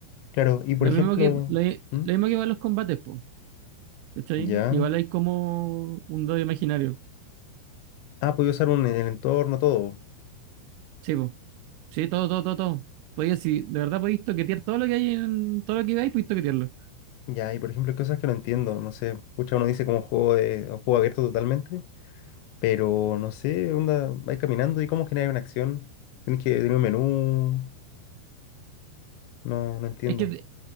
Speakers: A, on the left (about 80°); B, on the right (about 85°).
A: Claro, y por
B: Lo
A: ejemplo,
B: mismo que, lo, i-
A: ¿Mm?
B: lo mismo que para los combates, po. ¿Cachai?
A: ya.
B: Igual hay como un dado imaginario.
A: Ah, puedo usar un, el entorno, todo.
B: Sí, po. Sí, todo, todo, todo, todo. Podía, si de verdad podéis toquetear todo lo que hay en todo lo que veis, podéis toquetearlo.
A: Ya, y por ejemplo, hay cosas que no entiendo, no sé, pucha, uno dice como juego de, o juego abierto totalmente, pero no sé, onda, vais caminando y cómo generar una acción. Tienes que tener un menú, no, no entiendo.
B: Es que de-